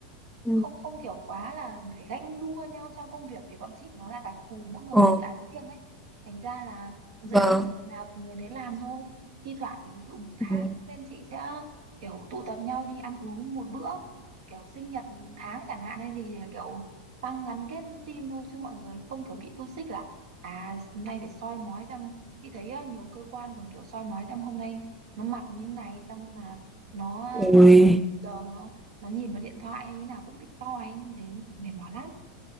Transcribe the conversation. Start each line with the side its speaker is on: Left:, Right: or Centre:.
Centre: Ừ.
Right: không không kiểu quá là phải ganh đua nhau trong công việc vì bọn chị nó là đặc thù mỗi người
Centre: ờ
Right: một dự án riêng ấy thành ra là dự
Centre: vâng
Right: án của người nào thì người đấy làm thôi thi thoảng thì ví dụ một tháng
Centre: Ừ.
Right: bên chị sẽ kiểu tụ tập nhau đi ăn uống một bữa kiểu sinh nhật tháng chẳng hạn hay gì thì là kiểu tăng gắn kết team thôi chứ mọi người không kiểu bị tu xích là à hôm nay phải soi mói xem chị thấy á, nhiều cơ quan còn kiểu soi mói xem hôm nay nó mặc như thế này xong là nó
Centre: Ôi.
Right: kiểu giờ nó nó nhìn vào điện thoại hay như nào cũng bị soi như thế mệt mỏi lắm